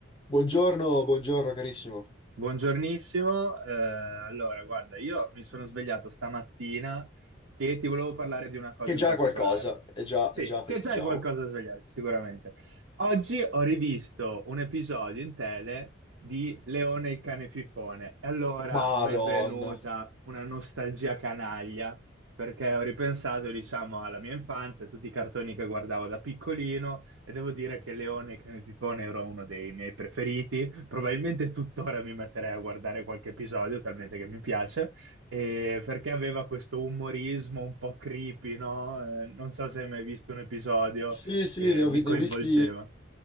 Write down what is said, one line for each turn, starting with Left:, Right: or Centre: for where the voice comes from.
Left: Buongiorno, buongiorno carissimo.
Right: Buongiornissimo, eh, allora guarda, io mi sono svegliato stamattina e ti volevo parlare di una cosa
Left: Che già
Right: in particolare.
Left: è qualcosa, e già,
Right: Sì,
Left: e già festeggiamo.
Right: che già è qualcosa da svegliarti, sicuramente. Oggi ho rivisto un episodio in tele di Leone il cane fifone e allora
Left: Madonna.
Right: mi è venuta una nostalgia canaglia perché ho ripensato, diciamo, alla mia infanzia, a tutti i cartoni che guardavo da piccolino e devo dire che Leone e Cane Fifone era uno dei miei preferiti. Probabilmente tuttora mi metterei a guardare qualche episodio, talmente che mi piace, e perché aveva questo umorismo un po' creepy, no? Eh, non so se hai mai visto un episodio
Left: Sì, sì,
Right: che
Left: ne ho,
Right: mi
Left: vi-
Right: coinvolgeva.
Left: ne ho visti,